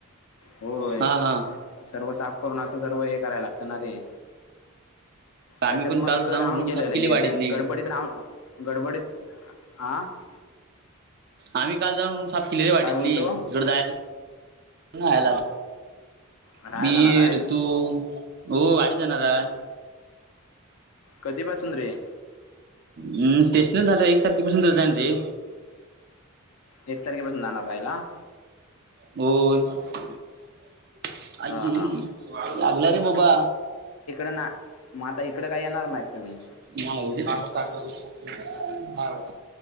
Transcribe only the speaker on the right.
हा हा
आम्ही
पण
काल
जाऊन
रूम
साफ
केली वाडीतली
आम्ही काल जाऊन साफ केली वाडीतली,
तिकडं जायचं राहायला-
मी,
ऋतू हो वाडीत जाणार हाय.
हम् सेश्नल झालंय एक तारखेपासून तर रिजाईन दे.
बोल <unintelligible> आई
गी
लागला रे बाबा.
<inaudible>